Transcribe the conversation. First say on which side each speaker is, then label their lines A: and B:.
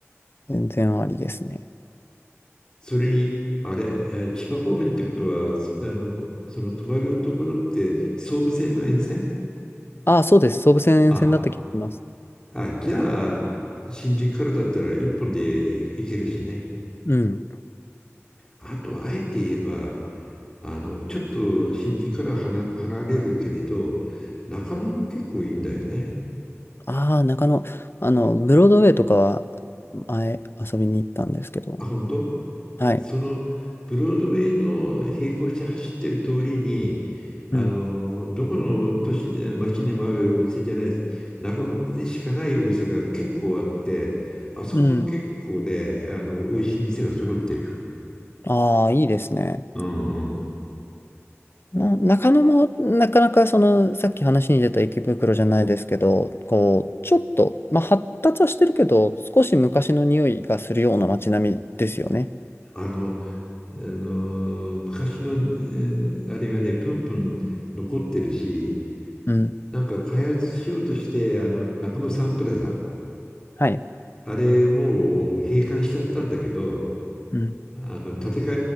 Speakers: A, on the left; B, on the left.
A: 全然ありですね。
B: それに、あれ、えー千葉方面ってことは、すあの、その泊まるところって総武線の沿線
A: ああ、そうです。総武線線だった気がします。
B: あ、あ、じゃあ、新宿からだったら一本で行けるしね。
A: うん。
B: あと、あえて言えば、あの、ちょっと新宿から離、離れるけれど、中野も結構いいんだよね。
A: ああ、中野、あの、ブロードウェイとかは前遊びに行ったんですけど。
B: あ、本当
A: はい。
B: その、ブロードウェイの並行して走ってる通りに、あの、
A: うん。
B: どこの都市で、街にもあるお店じゃない、中野でしかないお店が結構あって、あそこも結構ね、
A: うん。
B: あの、美味しい店が揃ってるよ。
A: ああ、いいですね。
B: うんうん。
A: な、中野もなかなかそのさっき話に出た池袋じゃないですけど、こうちょっと、まあ、発達はしてるけど、少し昔の匂いがするような街並みですよね。
B: あの、あの昔の、えーあれがね、プンプン残ってるし、
A: うん。
B: なんか開発しようとして、あの、中野サンプラザ、
A: はい。
B: あれもう閉館しちゃったんだけど、
A: うん。
B: あの、建て替